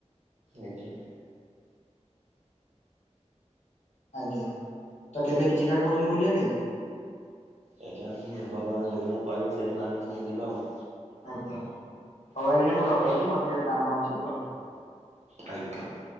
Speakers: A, on the right; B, on the left.
A: ଆଜ୍ଞା
B: ଆଜ୍ଞା ତ କେବେ ବି ଯିବା କହୁଛନ୍ତି ବୁଲିବା ପାଇଁ?
A: ଆଜ୍ଞା ଆମ ମେମ୍ବର ମାନ ଯୋଦିନ କହିବେ ସେଥିିନ ଆମେ ସବୁ ଯିବା ଆଉ।
B: ଆଜ୍ଞା ହଉ ଆଜ୍ଞା ମୁଁ ରଖୁଛି
A: ହଉ ଆଜ୍ଞା।
B: ମୋର ଟିକେ କାମ ଅଛି ପରେ
A: ଆଜ୍ଞା।